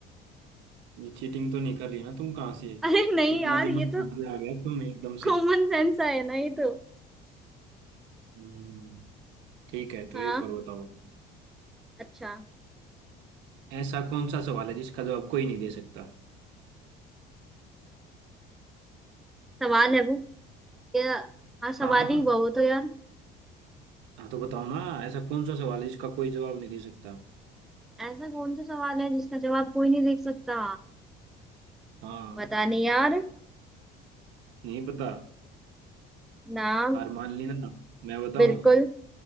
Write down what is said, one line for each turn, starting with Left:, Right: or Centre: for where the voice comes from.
Right: चीटिंग तो नहीं कर रही ना तुम कहाँ से
Centre: अरे नहीं
Right: इतना
Centre: यार
Right: दिमाग
Centre: ये तो
Right: कहाँ से आ गया तुम एकदम
Centre: कॉमन
Right: से
Centre: सेंस है ना ये तो
Right: हम्म, ठीक है तो
Centre: हाँ
Right: एक और बताओ
Centre: अच्छा
Right: ऐसा कौन सा सवाल है जिसका जवाब कोई नहीं दे सकता
Centre: सवाल है वो ये हाँ
Right: हाँ
Centre: सवाल ही हुआ वो तो यार
Right: हाँ तो बताओ ना ऐसा कौन सा सवाल है जिसका कोई जवाब नहीं दे सकता
Centre: ऐसा कौन सा सवाल है जिसका जवाब कोई नहीं देख सकता
Right: हाँ
Centre: पता नहीं यार
Right: नहीं पता
Centre: ना
Right: हार मान ली ना मैं बताऊं
Centre: बिल्कुल